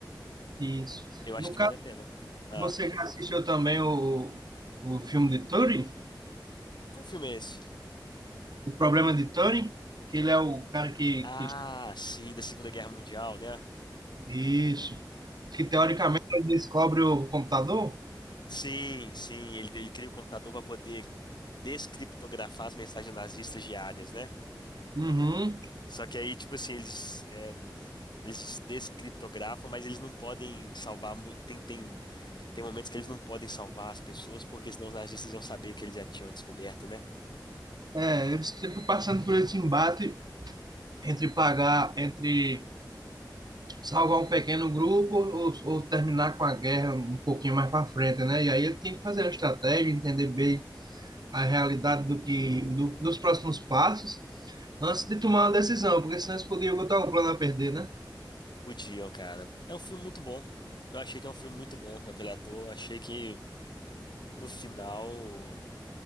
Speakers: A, on the right; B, on the left.
A: Isso.
B: Eu acho
A: No
B: que
A: caso,
B: vale a pena. Ah,
A: você já assistiu também o, o filme de Turing?
B: qual filme é esse?
A: O problema de Turing? Que ele é o cara que,
B: Ah,
A: que...
B: sim, da Segunda Guerra Mundial, né?
A: Isso. Que teoricamente ele descobre o computador?
B: Sim, sim, ele, ele cria o computador para poder descriptografar as mensagens nazistas diárias, né?
A: Uhum.
B: Só que aí, tipo assim, eles, é, eles descriptografam, mas eles não podem salvar. mu- Tem, tem, tem momentos que eles não podem salvar as pessoas, porque senão os nazistas iam saber que eles já tinham descoberto, né?
A: É, eles sempre passando por esse embate entre pagar, entre salvar um pequeno grupo ou, ou terminar com a guerra um pouquinho mais para frente, né? E aí ele tem que fazer a estratégia, entender bem a realidade do que do- dos próximos passos antes de tomar uma decisão, porque senão eles poderiam botar o plano a perder, né?
B: Podiam, cara. É um filme muito bom. Eu achei que é um filme muito bom com aquele ator. Eu achei que no final.